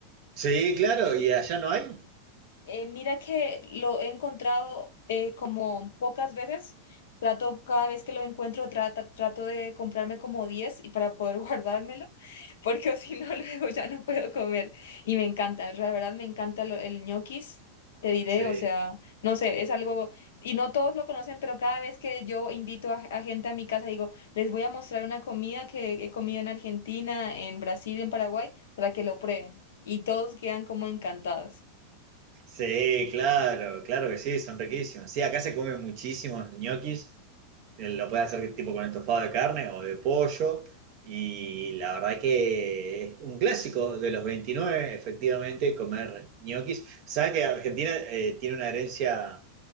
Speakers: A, on the right; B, on the left.
A: Sí, claro, ¿y allá no hay?
B: Eh, mira que lo he encontrado eh, como pocas veces. Trato, cada vez que lo encuentro, trata, trato de comprarme como 10 y para poder <laughs> guardármelo porque <laughs> o si no <laughs> luego ya no puedo comer. Y me encanta, la verdad me encanta lo- el ñoquis, te diré,
A: Sí,
B: o sea, no sé, es algo, y no todos lo conocen, pero cada vez que yo invito a, a gente a mi casa, digo, les voy a mostrar una comida que he comido en Argentina, en Brasil, en Paraguay, para que lo prueben. Y todos quedan como encantados.
A: sí, claro, claro que sí, son riquísimos. Sí, acá se comen muchísimos ñoquis, eh, lo puedes hacer tipo con estofado de carne o de pollo, y la verdad que es un clásico de los 29. efectivamente, comer ñoquis. Saben que Argentina eh, tiene una herencia